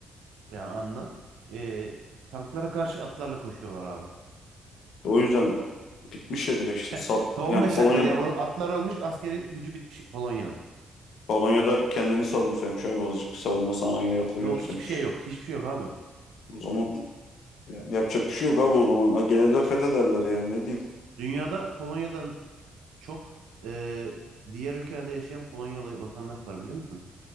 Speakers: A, on the right; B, on the left.
A: Yani anla. E, tanklara karşı atlarla koşuyorlar abi.
B: O yüzden bitmiş ya direkt işte
A: <laughs>
B: sap
A: 15
B: yani Polonya'da
A: dakikada yani o atlar ölmüş askeri gücü bitmiş Polonya'nın.
B: Polonya'da kendini savunsaymış abi azıcık savunma sanayine yatırım
A: Yok
B: yapsaymış.
A: hiçbir şey yok. Hiçbir şey yok abi.
B: O zaman yani yapacak bir şey yok abi o zaman. Ha, Gelirler fethederler yani ne diyeyim.
A: Dünyada Polonya'dan çok e, diğer ülkelerde yaşayan Polonyalı vatandaş var biliyor musun?